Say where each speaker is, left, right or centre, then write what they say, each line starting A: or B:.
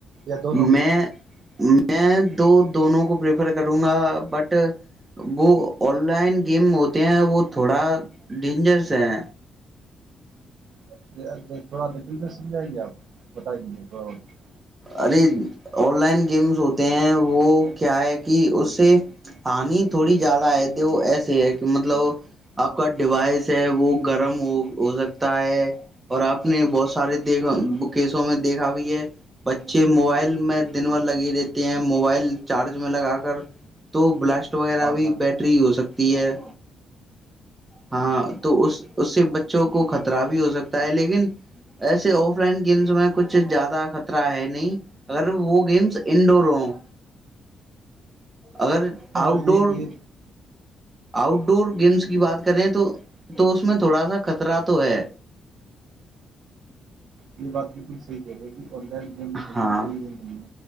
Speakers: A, on the right (about 60°); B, on the right (about 15°).
A: یا دونوں کو
B: میں میں دو دونوں کو پرپر کروں گا بٹ وہ آن لائن گیم ہوتے ہیں وہ تھوڑا ڈینجرس ہے
A: <unintelligible> <unintelligible>
B: ارے آن لائن گیمس ہوتے ہیں وہ کیا ہے کہ اس سے ہانی تھوڑی زیادہ ہے وہ ایسے ہے کہ مطلب آپ کا ڈیوائس ہے وہ گرم ہو ہو سکتا ہے اور آپ نے بہت سارے کیسوں میں دیکھا بھی ہے بچے موبائل میں دن بھر لگی رہتے ہیں موبائل چارج میں لگا کر تو بلاسٹ وغیرہ
A: ہاں
B: بھی
A: ہاں
B: بیٹری ہی ہو سکتی ڈیئر ہاں تو اس اس سے بچوں کو خطرہ بھی ہو سکتا پہلے لیکن ایسے آف لائن گیمس میں کچھ زیادہ خطر رہا ہے نہیں اگر وہ گیمس انڈور ہوں اگر
A: ہاں
B: آؤٹ
A: یہ
B: ڈور
A: یہ
B: آؤٹ ڈور گیمس کی بات کریں تو اس اس میں تھوڑا سا خطرہ تو ہے
A: یہ بات بالکل صحی کہہ رہی ہے آآنلائن گیم کھیلنی
B: ہاں
A: چاہیے یہ نہیں